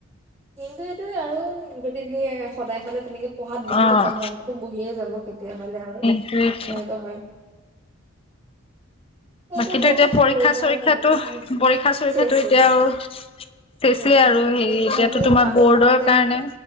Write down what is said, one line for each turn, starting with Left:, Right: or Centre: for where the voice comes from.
Right: কিন্তু এইটোয়ে আৰু যদি তুমি সদায় সদায় তেনেকে। পঢ়াত বহি
Left: অ',
Right: থাকা মনতটোতো বহিয়ে যাব কেতিয়াবালে আৰু।
Left: উম উম।
Right: তেনেকুৱা হয়। সেইটোৱে
Left: বাকীটো
Right: কষ্ট
Left: এতিয়া পৰীক্ষা
Right: কৰিলে
Left: চৰীক্ষাতো
Right: আৰু বহুতে
Left: পৰীক্ষা চৰিক্ষাতো
Right: চেচ চেচ
Left: এতিয়া আৰু। চেচে
Right: চেচ
Left: আৰু
Right: অ এতিয়া
Left: হেৰি
Right: তথাপিও
Left: এতিয়াতো তোমাৰ
Right: পাঁচ
Left: বৰ্ডৰ
Right: মাহতে
Left: কাৰণে।